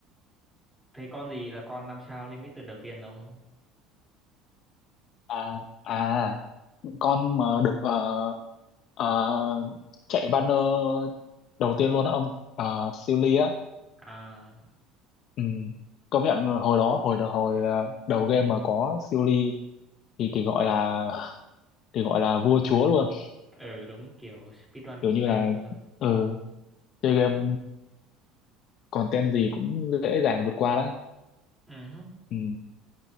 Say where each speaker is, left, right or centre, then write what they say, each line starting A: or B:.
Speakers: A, in the centre; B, on the left (about 55°).
A: thấy con gì là con năm sao limited đầu tiên ông?
B: à à con mà được ờ, ờ, chạy banner đầu tiên luôn á ông ờ, siêu ly á
A: À,
B: ừ. công nhận hồi đó hồi hồi ờ, đầu game mà có siêu ly thì thì gọi là thì gọi là vua chúa luôn
A: ừ đúng kiểu speedrun
B: kiểu
A: content
B: như là
A: luôn.
B: ừ, chơi game content gì cũng dễ dàng vượt qua đó
A: Ừ, hứ.
B: ừ.